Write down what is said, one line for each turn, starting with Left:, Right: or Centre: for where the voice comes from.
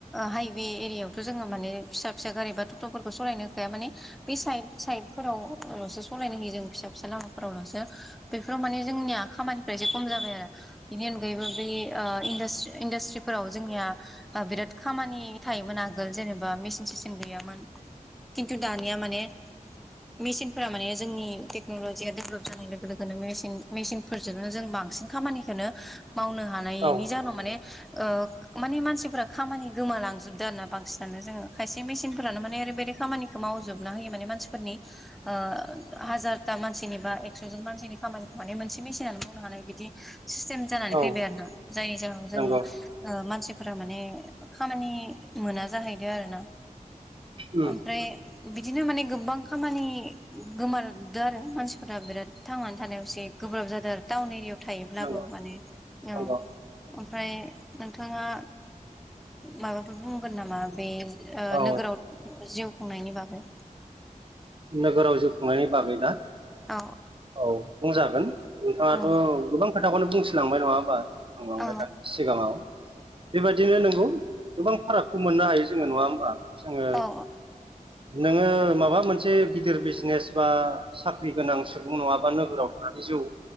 Centre: हाइवे एरियायावथ' जोङो माने फिसा फिसा गारि बा टट'फोरखौ सालायनो होखाया माने बे साइड साइदफोरावल'सो सालायनो होयो जों फिसा फिसा लामाफोरावल'सो बेफोराव माने जोंनिया खामानिफ्रा एसे खम जाबाय आरो। बेनि अनगायैबो बे ओ इनदा इन्डासट्रिफोराव जोंनिया बिराद खामानि थायोमोन आगोल जेनेबा मेचन सिचन गैयामोन। खिन्थु दानिया माने मेचनफोरा माने जोंनि टेक्नलजिया डेभलप जानाय लोगो लोगोनो मेसिनफोरजोंनो जों बांसिन खामानिखौोननो मावनो हानाय
Right: औ
Centre: जान' माने आ माने मानसिफोरा खामानि गोमालांजोबदो आरो ना बांसिनानो जोङो खायसे मेसिनफोरानो माने ओरैबायदि खामानि मावजोबना होयो माने मानसिफोरनि ओ हाजार दा मानसिनि बा एक्स'जन मानसिनि खामानिखौ माने मोनसे मेसिनानो मावनो हानाय बिदि सिस्टेम जानानै
Right: औ
Centre: फैबाय आरोोना जायनि जाहोनाव
Right: नंगौ
Centre: जों ओ मानसिफोरा माने खामानि मोना जाहैदो आरो ना।
Right: उम
Centre: ओमफ्राय बिदिनो माने गोबां खामानि गोमाल आरो मानसिफोरा बिराद थांनानै थानायाव एसे गोब्राब जादों आरो ताउन एरिया थायोब्लाबो
Right: नंगौ
Centre: माने औ
Right: नंगौ
Centre: ओमफ्राय नोंथाङा माबा बे बुंगोन नामा बे ओ
Right: औ
Centre: नोगोराव जिउ खुंनायनि बागै?
Right: नोगोराव जिउ खुंनायनि बागै ना?
Centre: औ
Right: औ बुंजागोन नोंथाङाथ'
Centre: औ
Right: गोबां खोथाखौनो बुंथिलांबाय नङा होनोमा बुंबांबाय
Centre: औ
Right: दा सिगाङाव। बेबायदिनो नोंगौ गोबां फारागखौ मोननो हायो जोङो नङा होमबा जोङो
Centre: औ
Right: नोङो माबा मोनसे गिदिर बिजनेस बा साख्रि गोनां सुबुं नङाबा नोगोराव थानानै जिउ